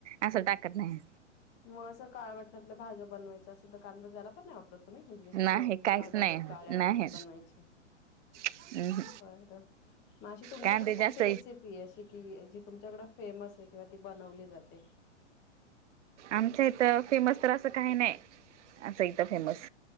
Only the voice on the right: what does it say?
असं टाकत नाही
नाही
काहीच
नाही
नाही
हम्म
कांदे जास्त
आमच्या इथं फेमस तर असं काही नाही असं इथं फेमस